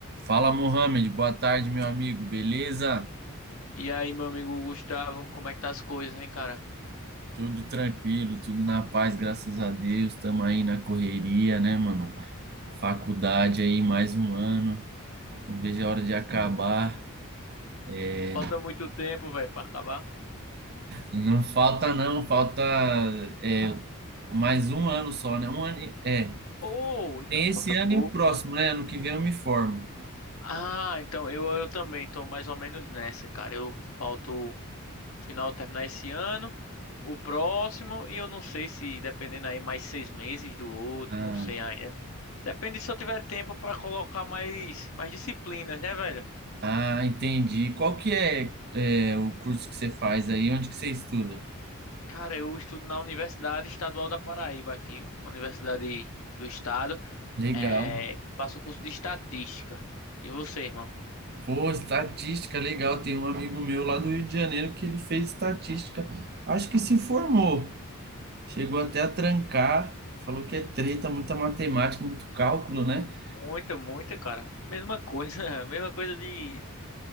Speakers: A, on the right (about 45°); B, on the left (about 75°).
A: Fala, Mohamed. Boa tarde, meu amigo. Beleza?
B: E aí, meu amigo Gustavo, como é que tá as coisas, hein, cara?
A: Tudo tranquilo, tudo na paz, graças a Deus. Estamos aí na correria, né, mano? Faculdade aí, mais um ano. Não vejo a hora de acabar. É,
B: Falta muito tempo, velho, pra acabar.
A: Não falta, não. Falta é, mais um ano só, né? Um ano... e- É,
B: Oh, então
A: tem esse
B: falta
A: ano
B: pouco.
A: e o próximo, né? Ano que vem eu me formo.
B: Ah, então eu, eu também tô mais ou menos nessa, cara. Eu falto o final terminar esse ano, o próximo, e eu não sei se dependendo aí mais seis meses do outro,
A: Ah,
B: não sei ainda. Depende se eu tiver tempo pra colocar mais, mais disciplinas, né, velho?
A: ah, entendi. Qual que é, é o curso que você faz aí? Onde que você estuda?
B: Cara, eu estudo na Universidade Estadual da Paraíba aqui, uma universidade do estado.
A: Legal.
B: É, faço curso de estatística. E você, irmão?
A: Pô, estatística, legal. Tem um amigo meu lá do Rio de Janeiro que ele fez estatística. Acho que se formou. Chegou até a trancar. Falou que é treta, muita matemática, muito cálculo, né?
B: Muita, muita, cara. Mesma coisa, <laughs> mesma coisa de,